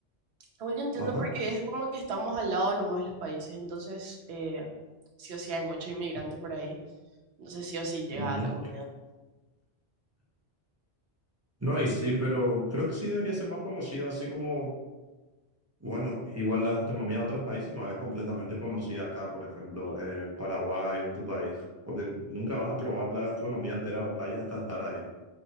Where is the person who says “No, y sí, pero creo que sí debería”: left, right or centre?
Right